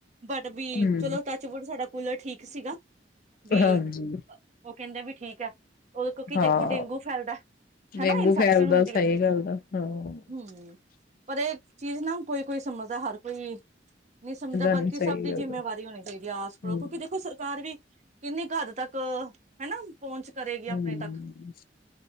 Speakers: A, on the right; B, on the left.
A: ਬਟਬੀ
B: ਹੂੰ।
A: ਚਲੋ ਟੱਚ ਵੁੱਡ ਸਾਡਾ ਕੂਲਰ ਠੀਕ ਸੀਗਾ। ਵੀ
B: ਹਾਂਜੀ,
A: ਉਹ ਕਹਿੰਦੇ ਵੀ ਠੀਕ ਹੈ। ਕਿਉਂਕਿ
B: ਹਾਂ
A: ਦੇਖੋ ਡੇਂਗੂ ਫੈਲਦਾ ਹਨਾ
B: ਡੇਂਗੂ
A: ਇਨਫੈਕਸ਼ਨ
B: ਫੈਲਦਾ
A: ਹੁੰਦੀ
B: ਸਹੀ
A: ਹੈ
B: ਗੱਲ ਦਾ ਹਾਂ।
A: ਹੂੰ ਪਰ ਇਹ ਚੀਜ਼ ਨਾ ਕੋਈ-ਕੋਈ ਸਮਝ ਦਾ ਹਰ ਕੋਈ, ਨਹੀਂ ਸਮਝਦਾ ਬਲਕਿ
B: ਨੀ ਸਹੀ
A: ਸਭ ਦੀ
B: ਗੱਲ
A: ਜਿੰਮੇਵਾਰੀ
B: ਆ
A: ਹੋਣੀ ਚਾਹੀਦੀ ਹੈ, ਆਪ
B: ਹੂੰ।
A: ਤੋ ਕਿਉਂਕਿ ਦੇਖੋ ਸਰਕਾਰ ਵੀ ਕਿੰਨੀ ਕੁ ਹੱਦ ਤੱਕ ਹਨਾ, ਪਹੁੰਚ ਕਰੇਗੀ
B: ਹੂੰ,
A: ਆਪਣੇ ਤੱਕ